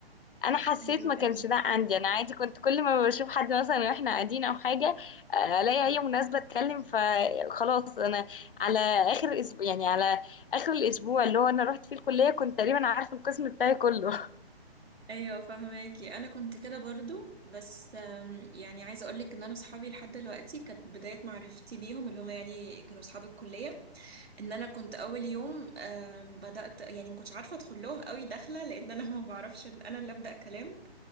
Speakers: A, on the left (about 60°); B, on the right (about 75°).
A: انا حسيت
B: ايوه
A: ما
B: ايوه
A: كانش ده عندي انا عادي كنت كل ما بشوف حد مثلا واحنا قاعدين او حاجه آه، الاقي اي مناسبه اتكلم فخلاص انا على اخر الاسبوع يعني على اخر الاسبوع اللي هو انا رحت فيه الكليه كنت تقريبا عارفه القسم بتاعي كله
B: ايوه فهماكي انا كنت كده برضو بس آم، يعني عايزه اقولك ان انا صحابي لحد دلوقتي كانت بدايه معرفتي بيهم اللي هم يعني كانوا صحاب الكليه ان انا كنت اول يوم آم، بدات يعني ما كنتش عارفه ادخل لهم قوي داخله لان انا ما بعرفش انا اللي ابدا كلام